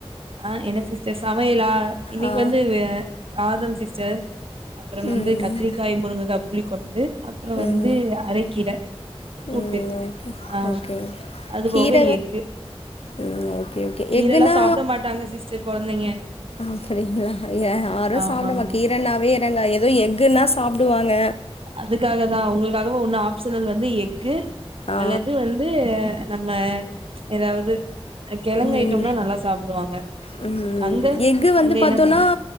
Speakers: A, on the right (about 65°); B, on the left (about 70°).
A: ஆ என்ன சிஸ்டர் சமையலா இன்னைக்கு
B: ஆ
A: வந்து அ சாதம் சிஸ்டர் அப்பறம் வந்து
B: ம்
A: கத்திரிக்காய் முருங்கக்கா புளி கொழம்பு அப்றோ
B: ம்
A: வந்து அரக்கீர கூட்டு
B: ம்
A: ஆ
B: ஓகே ஓகே
A: அது
B: கீர
A: போக எக்கு
B: ம் ஓகே ஓகே
A: கீரெல்லா
B: எக்குனா
A: சாப்ட மாட்டாங்க சிஸ்டர் கொழந்தைங்க
B: ஆப்டிங்களா ஏ ஆரு
A: ஆமா
B: சாப்டமா
A: ஆமா
B: கீரனாவே இதாங்க எதோ எக்குன்னா சாப்டுவாங்க
A: அதுக்காக தா உங்களுக்காக ஒன்னு ஆப்ஷனலு வந்து எக்கு
B: ஆ
A: அல்லது வந் து நம்ம எதாவ்து கெழங்கு
B: ம்
A: ஐட்டம்னா நல்லா சாப்டுவாங்க
B: ம்
A: அங்க
B: எக்கு வந்து
A: அங்க
B: பாத்தோன்னா
A: என்ன சாப்டுவா